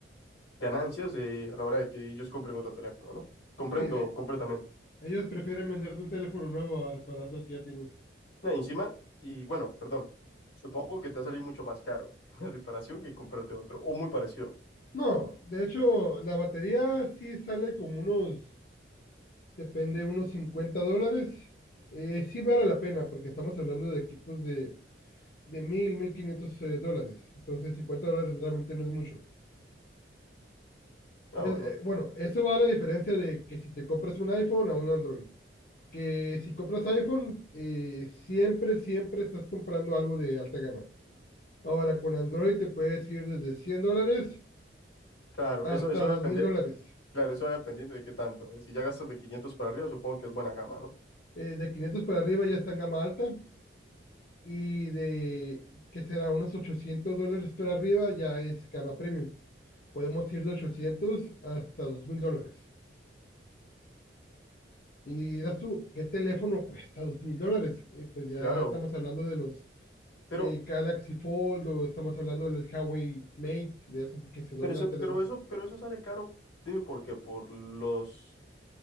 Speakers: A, on the left (about 80°); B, on the left (about 45°).
A: ganancias eh, a la hora de que ellos compren otro teléfono, ¿no? Comprendo
B: Sí, e-
A: completamente.
B: ellos prefieren venderte un teléfono nuevo a repararte el que ya tienes.
A: No, encima, y bueno, perdón, supongo que te va a salir mucho más caro <laughs> la reparación que comprarte otro, o muy parecido.
B: No, de hecho, la batería sí sale como unos, depende, unos 50 dólares. Eh, sí vale la pena, porque estamos hablando de equipos de, de 1000 1500 eh, dólares. Entonces, 50 dólares realmente no es mucho.
A: Ah,
B: Eh,
A: bueno,
B: eh, bueno, eso va a la diferencia de que si te compras un iPhone a un Android. que si compras iPhone, eh, siempre, siempre estás comprando algo de alta gama. Ahora, con Android te puedes ir desde 100 dólares
A: claro,
B: hasta
A: eso, eso va
B: 2000
A: a depender,
B: dólares.
A: claro, eso va dependiendo de qué tanto, ¿eh? Si ya gastas de 500 para arriba, supongo que es buena gama, ¿no?
B: Eh, de 500 para arriba ya está en gama alta y de, que será? Unos 800 dólares para arriba ya es gama premium. Podemos ir de 800 hasta 2000 dólares. Y das tú, ¿qué teléfono cuesta? Dos mil dólares. Eh, Pues ya
A: Claro,
B: estamos hablando de los
A: pero,
B: eh, Galaxy Fold o estamos hablando del Huawei Mate, de esos que se doblan
A: pero eso,
B: tres
A: pero
B: veces.
A: eso, pero eso sale caro, dime por qué, por los...